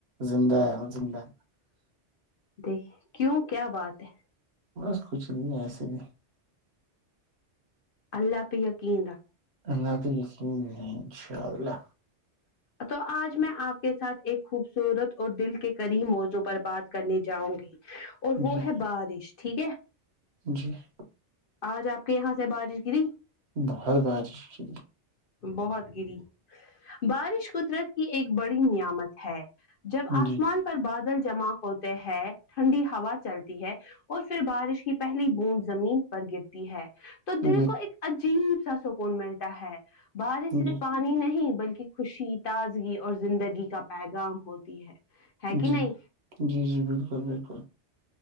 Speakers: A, on the right; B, on the left.
A: زندہ ہے زندہ
B: دیک کیوں کیا بات <unintelligible>
A: بس کچھ نہیں ایسے ہی
B: اللہ پ کی رہا
A: اللہ حافظ انشاء اللہ
B: تو آج میں آپ کے ساتھ ایک خوبصورت اور دل کے کرری موضوع پر بات کرنے جاؤں گی اور وہ
A: جی
B: ہے بارش ٹھیک ہے
A: جی <inaudible>
B: آج آپ کے یہاں سے بارش گری
A: بہت باتی ش
B: بہت گری بارش قدرت کی ایک بڑی نعمت ہے جب
A: جی
B: آسمان پر بادل جمع ہوتے ہیں ٹھنڈی ہوا چلتی ہے اور پھر بارش کی پہلی بوند زمین پر گرتی ہے تو دل
A: جی
B: کو ایک جیب سا سکون ملتا ہے <inaudible> بارشر
A: جی
B: پانی نہیں <inaudible> بلکہ <inaudible> خوشی تازگی اور زندگی کا پیغام ہوتی ہے ہے کہ
A: جی
B: نہیں
A: جی جی بالکل بالکل